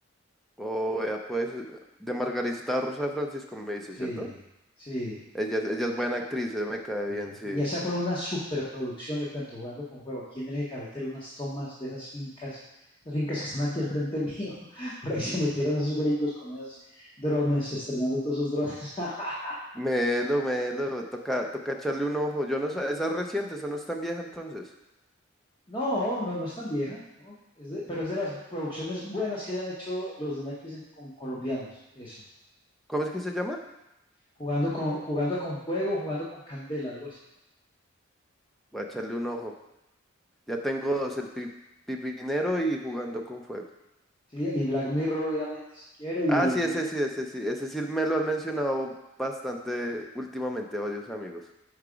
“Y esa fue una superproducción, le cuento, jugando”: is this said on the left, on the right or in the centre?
Left